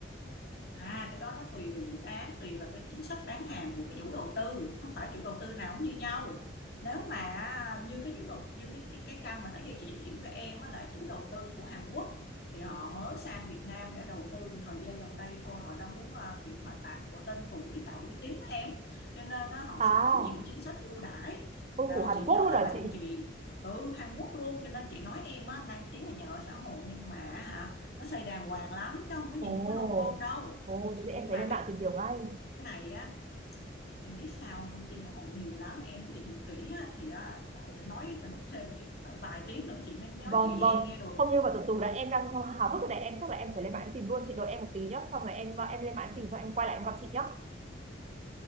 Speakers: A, on the left; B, on the right.
A: À, cái đó nó tùy vào dự án, tùy vào cái chính sách bán hàng của cái chủ đầu tư, không phải chủ đầu tư nào cũng như nhau. Nếu mà như cái chủ đầu như cái cái cái căn mà nãy giờ chị giới thiệu với em á là chủ đầu tư của Hàn Quốc thì họ mới sang Việt Nam để đầu tư một thời gian gần đây thôi, họ đang muốn à, kiểu mà tạo tên tuổi, tạo uy tín á em. Cho nên á, họ
B: À,
A: sẽ có nhiều cái chính sách ưu đãi.
B: ô
A: À,
B: của Hàn
A: chị
B: Quốc
A: nhớ
B: luôn
A: là
B: hả
A: bạn
B: chị?
A: chị ừ Hàn Quốc luôn cho nên chị nói em á mang tiếng là nhà ở xã hội nhưng mà hả nó xây đàng hoàng lắm chứ không có
B: Ồ.
A: nhìn không có lông côn đâu
B: Ồ, thế thì
A: nhưng
B: em phải
A: mà
B: lên
A: cái
B: mạng tìm hiểu ngay.
A: này á em biết sao thông tin nó còn nhiều lắm em muốn tìm hiểu kỹ á, thì á, phải phải nói phải mất thêm phải vài tiếng nữa chị mới mới nói
B: Vâng,
A: kỹ
B: vâng.
A: cho em nghe được
B: Không như mà từ từ đã em đang hào hào hức rồi này, em chắc là em phải lên mạng em tìm luôn chị đợi em một tí nhá. Xong rồi em em lên mạng em tìm xong em quay lại em gặp chị nhá.